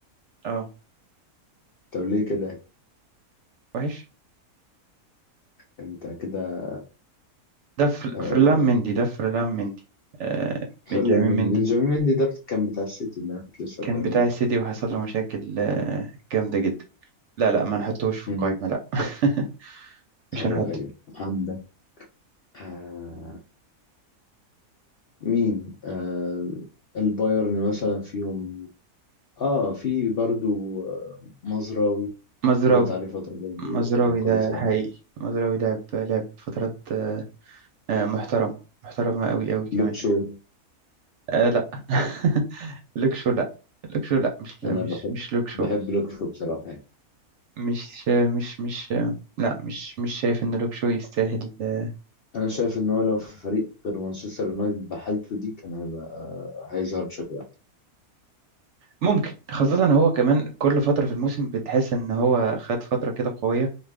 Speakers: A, on the right; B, on the left.
A: آه،
B: طب ليه كده
A: وحش
B: انت كده
A: ده فر-
B: آه
A: فرلان مندي ده فرلان مندي آه بنجامين
B: فعلا من
A: مندي
B: بنجامين مندي ده كان بتاع السيتي اللي انا كنت لسه
A: كان
B: بتكلم
A: بتاع
B: عنه
A: السيتي وحصل له مشاكل آه جامدة جدا لا لا ما نحطوش في
B: مم.
A: القايمة لا <laughs> مش
B: ايوه
A: هنحطه
B: ايوه عندك آه مين آه البايرن مثلا فيهم اه في برضو آه مزراوي
A: مزراوي
B: جت عليه فترة برضو
A: مزراوي
B: كان كويس
A: ده
B: أوي
A: حقيقي مزراوي لعب لعب فترات آه، آه، محترمة محترمة أوي أوي كمان
B: لوكشو
A: آه لا <laughs> لوكشو لا لوكشو لا مش
B: أنا
A: مش
B: بحب
A: مش لوكشو
B: بحب لوكشو بصراحة يعني
A: مش آه، مش مش آه، لا مش مش شايف إن لوكشو يستاهل آه،
B: أنا شايف إن هو لو في فريق غير مانشستر يونايتد بحالته دي كان هيبقى آه، هيظهر بشكل
A: ممكن خاصة إن هو كمان كل فترة في الموسم بتحس إن هو خد فترة كده قوية